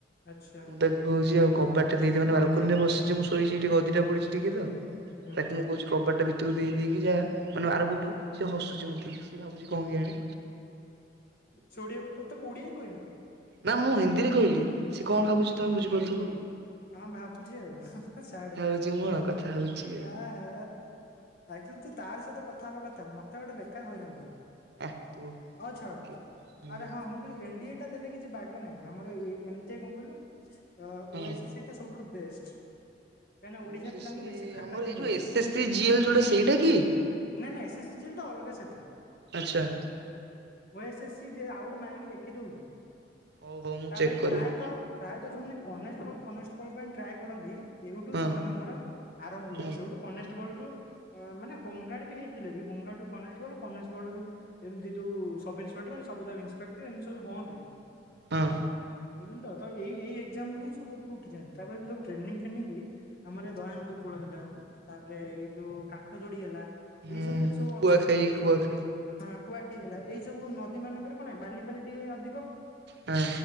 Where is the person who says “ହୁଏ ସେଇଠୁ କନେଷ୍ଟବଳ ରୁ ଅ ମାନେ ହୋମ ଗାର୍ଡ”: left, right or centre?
Left